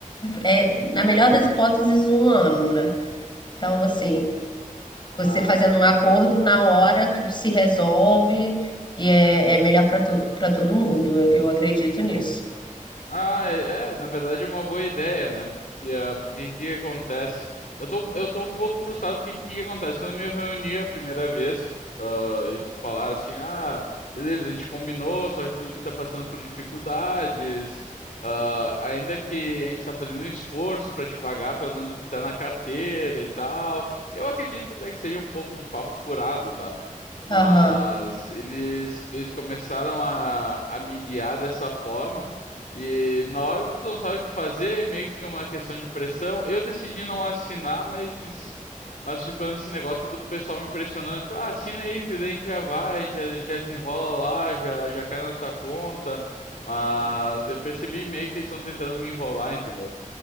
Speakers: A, on the left; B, on the left.
A: é, na melhor das hipóteses, um ano, né? Então, assim,
B: Ah,
A: você fazendo um acordo, na hora tudo se resolve e é, é melhor para to para todo mundo. Eu eu acredito nisso.
B: Ah, é, é, na verdade é uma boa ideia, né? E, ah, porque o que acontece? Eu tô, eu tô um pouco frustrado porque o que acontece? Quando eu me reuni a primeira vez, ah, eles falaram assim, ah, beleza, a gente combinou, só que o clube tá passando por dificuldades, ah, ainda que a gente tá fazendo um esforço pra te pagar pelo menos o que tá na carteira e tal. Eu acredito até que seja um pouco de papo furado, tá? Mas
A: Aham,
B: eles, eles começaram a, a me guiar dessa forma. E na hora tu não sabe o que fazer, meio que fica uma questão de pressão. Eu decidi não assinar, mas, mas ficou nesse negócio do pessoal me pressionando, tipo, ah, assina aí, que daí a gente já vai, já, já desenrola lá, já, já cai na tua conta. Mas eu percebi meio que eles estão tentando me enrolar, entendeu?